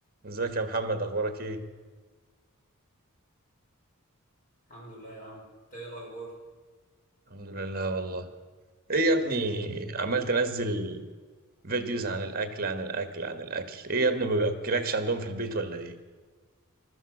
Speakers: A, on the right; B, on the left.
A: ازيك يا محمد اخبارك ايه
B: الحمد لله يا عم انت ايه الاخبار
A: الحمد لله والله ايه يا ابني عمال تنزل فيديوز عن الاكل عن الاكل عن الاكل ايه يا ابني ما بياكلكش عندهم في البيت ولا ايه